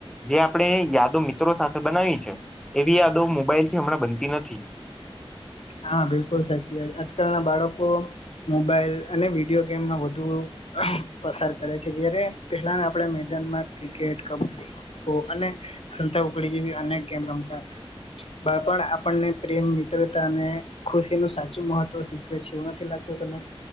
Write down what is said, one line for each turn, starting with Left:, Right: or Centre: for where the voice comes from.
Centre: જે આપણે યાદો મિત્રો સાથે બનાવી છે, એવી યાદો મોબાઈલ થી હમણાં બનતી નથી.
Left: હા બિલકુલ સાચી વાત. આજકાલના બાળકો મોબાઈલ અને વિડીયો ગેમમાં વધુ પસાર કરે છે. જ્યારે પહેલાના આપણે મેદાનમાં ક્રિકેટ, કબડ્ડી, ખોખો અને સંતાકુકડી જેવી અનેક ગેમ રમતા હતા. બાળપણ આપણને પ્રેમ, મિત્ર- <unintelligible> અને ખુશી નું સાચું મહત્વ શીખવે છે, એવું નથી લાગતું તને?